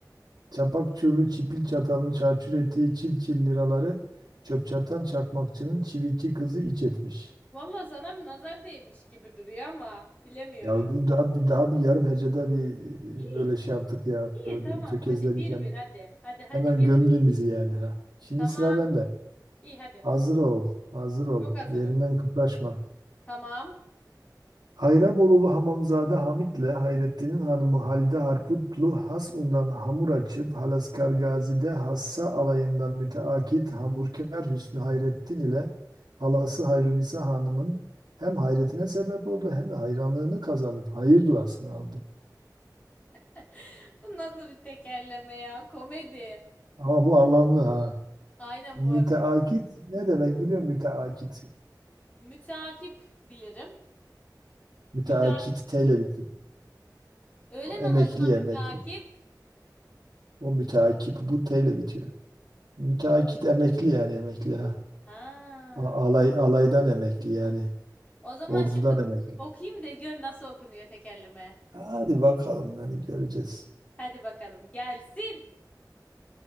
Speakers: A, on the right; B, on the left.
A: Çapak çubuğu çipil çatalın çarçur ettiği çil çil liraları çöp çatan çakmakçının çivitçi kızı iç etmiş.
B: Valla sana bir nazar değmiş gibi duruyor ama bilemiyorum.
A: Ya bu daha bir, daha bir yarım hecede bir
B: İyi,
A: e, böyle şey yaptık ya.
B: iyi
A: Böyle
B: tamam.
A: Tökezledik
B: Hadi bir
A: hemen.
B: bir hadi. Hadi hadi
A: Hemen
B: bir.
A: gömdün bizi yani ha. Şimdi
B: Tamam.
A: sıra bende.
B: İyi hadi.
A: Hazır ol, hazır ol.
B: Çok hazırım.
A: Yerinden kıpraşma.
B: Tamam.
A: Hayrabolulu Hamamzade Hamit'le Hayrettin'in hanımı Halide Harputlu Hasun'dan hamur açıp Halaskar Gazi'de Hassa alayından müteakit hamurkar Hüsnü Hayrettin ile halası Hayrunisa Hanım'ın hem hayretine sebep oldu hem de hayranlığını kazanıp hayır duasını aldı.
B: <laughs> Bu nasıl bir tekerleme ya? Komedi.
A: Ama bu anlamlı ha.
B: Aynen
A: Müteakit
B: bu arada.
A: ne demek biliyor musun? Müteakit.
B: Mütakip bilirim.
A: Müteakit
B: Mütakip.
A: T ile bitiyor.
B: Öğle namazına
A: Emekli
B: mütakip.
A: emekli. O müteakip bu T ile bitiyor. Müteakit emekli yani emekli ha.
B: Ha.
A: A- Alay, alaydan emekli yani.
B: O zaman
A: Ordudan
B: şimdi
A: emekli.
B: okuyayım da gör nasıl okunuyor tekerleme.
A: Hadi bakalım yani göreceğiz.
B: Hadi bakalım gelsin.